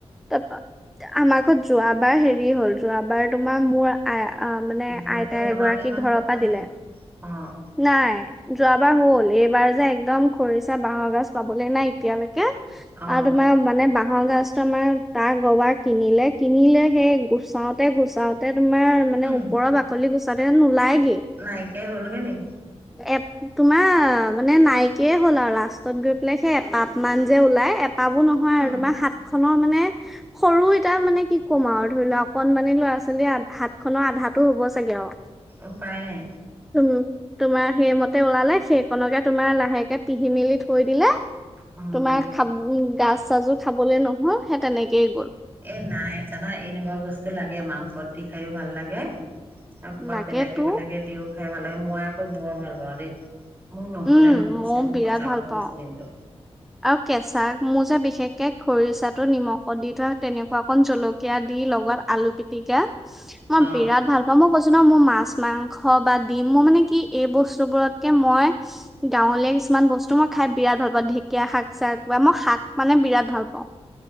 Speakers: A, in the centre; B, on the right.
A: তা পা আমাৰ ঘত যোৱাবাৰ হেৰি হৰি হ'ল যোৱাবাৰ তোমাৰ মোৰ আ অ' মানে
B: ভালকে
A: আইতাই
B: বনালে
A: এগৰাকীক
B: ইমান
A: ঘৰৰ
B: কথা
A: পৰা
B: নাই।
A: দিলে
B: অ'
A: নাই যোৱাবাৰ হ'ল এইবাৰ যে একদম খৰিচা বাঁহৰ গাজ পাবলৈ নাই এতিয়ালে। কো
B: অ'
A: আৰু তোমাৰ মানে বা বাঁহৰ গছ তমাৰ তাৰ গবাৰ কিনিলে, কিনিলে সেই গুচাওঁতে, গুচাওঁতে তোমাৰ মানে
B: উম,
A: ওপৰৰ বাকলি গুছ নুলাই
B: নাইকিয়া হ'লগে নি
A: এপ তোমাৰ মানে নাইকিয়ে হ'ল আৰু লাষ্টত গৈ পেলাই সেই এপাপ মান যে ওলাই এপ পাবো নহয়
B: উম,
A: আৰু তোমাৰ হাত ন মানে সৰু এটা মানে কি ক'ম আৰু ধৰি লোৱা অকনমানি ল'ৰা ছোৱালী হাত হাত খনৰ আধাতো হ'ব চাগে আৰু।
B: উপায় নাই।
A: তুম তোমাৰ সেইমতে ওলালে সেইকনকে তোমাৰ লাহেকে তিহি মেলি থৈ দিলে
B: উম,
A: তোমাৰ খাব উ গাজ চাজো খাবলৈ নহ'ল সেই তেনেকয়ে গ'ল।
B: এ নাই জানা এনেকুৱা বস্তু লাগে মাংসত দি খাইয়ো ভাল লাগে। আৰু ক'বাত
A: লাগে
B: বেলেগে
A: তো
B: বেলেগে দিও খাই ভাল লাগে মই আকৌ বৰ ভাল পাওঁ দেই। মোৰ নহলে
A: উম
B: নহৈছে
A: মইও
B: মোক
A: বিৰাট
B: সঁচা
A: ভাল
B: কথা
A: পাওঁ
B: কৈছে কিন্তু।
A: আৰু কেঁচা মোৰ যে বিশেষকে খৰিচাটো নিমখত দি থোৱা তেনেকুৱা অকণ জলকীয়া দি লগত আলু পিতিকা মই
B: অ
A: বিৰাট ভাল পাও মই কৈছো ন মোৰ মাছ মাংস বা ডিমো মানে কি এই বস্তু বোৰতকে মই গাঁৱলীয়া কিছুমান বস্তু মই খাই বিৰাট ভাল পাওঁ ধেক ুকীয়া শাক চাক বা মই শাক মানে বিৰাট ভাল পাওঁ।